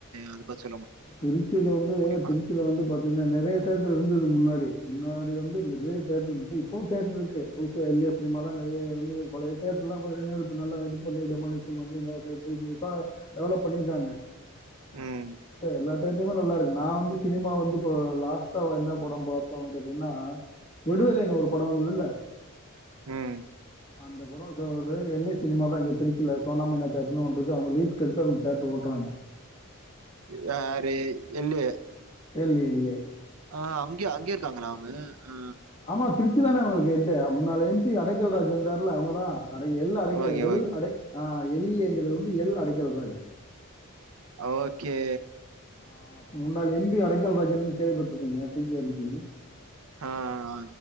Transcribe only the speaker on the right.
அத பத்தி சொல்ல
முடியுமா?
ம்.
ம்
யாரு இல்லையே
ஆ அங்கய அங்கே இருக்காங்களா அவங்க ஆ
ஓகே,
ஓகே.
ஓகே
ஆ. ஆ.